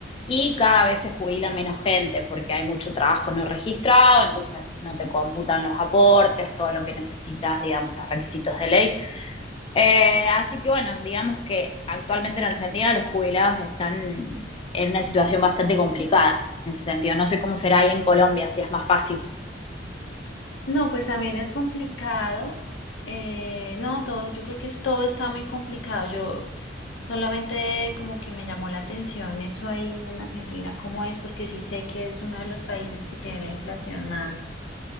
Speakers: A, on the left; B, on the left.
A: y cada vez se jubila menos gente porque hay mucho trabajo no registrado, entonces no te computan los aportes, todo lo que necesitas, digamos, los requisitos de ley. Eh, así que bueno, digamos que actualmente en Argentina los jubilados están en una situación bastante complicada en ese sentido. No sé cómo será ahí en Colombia, si es más fácil,
B: No, pues también es complicado. Eh, no, todo, yo creo que es, todo está muy complicado. Yo Solamente como que me llamó la atención eso ahí en Argentina, cómo es, porque sí sé que es uno de los países que tiene la inflación más,